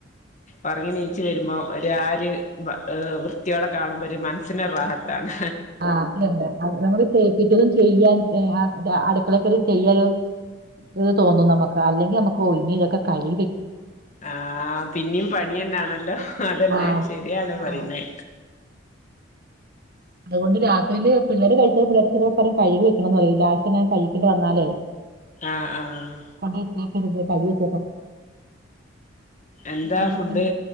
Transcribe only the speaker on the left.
ഒറങ്ങി നീച് വരുമ്പോം ഒരാരു വൃത്തിയോടെ കാണുമ്പോ ഒരു മനസ്സിനൊരുറാഹത്താണ്.
ആഹ് പിന്നെയും പണിയെന്നാണല്ലോ അതെന്നെ
ശരിയാണ്
പറയുന്നേ.
ആഹ് ആഹ്
എന്താ
ഫുഡ്.